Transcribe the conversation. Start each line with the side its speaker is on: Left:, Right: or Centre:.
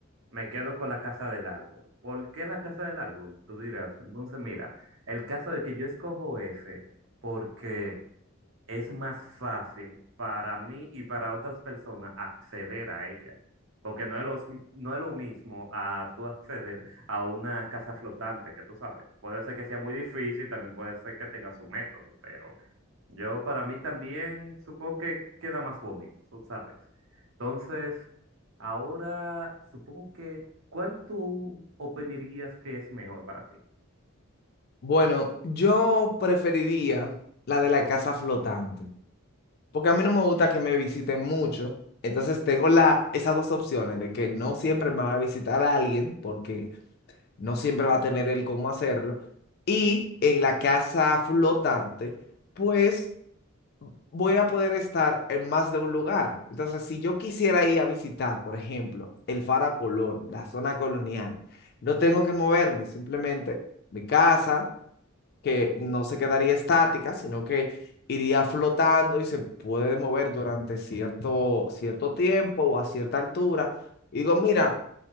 Right: me quedo con la casa del árbol. ¿Por qué la casa del árbol? Tú dirás, entonces mira, el caso de que yo escojo ese, porque es más fácil para mí y para otras personas acceder a ella. Porque no es, los- no es lo mismo a tú acceder a una casa flotante, que tú sabes. Puede ser que sea muy difícil, también puede ser que tenga su método, pero yo para mí también supongo que queda más bonito, tú sabes. Entonces, ahora supongo que, ¿cuál tú opinarías que es mejor para ti?
Left: Bueno, yo preferiría la de la casa flotante, porque a mí no me gusta que me visiten mucho. Entonces tengo la, esas dos opciones de que no siempre me va a visitar alguien, porque no siempre va a tener el cómo hacerlo. Y en la casa flotante, pues voy a poder estar en más de un lugar. Entonces, si yo quisiera ir a visitar, por ejemplo, el Faro Colón, la zona colonial, no tengo que moverme, simplemente mi casa, que no se quedaría estática, sino que iría flotando y se puede mover durante cierto, cierto tiempo o a cierta altura. Y digo, mira,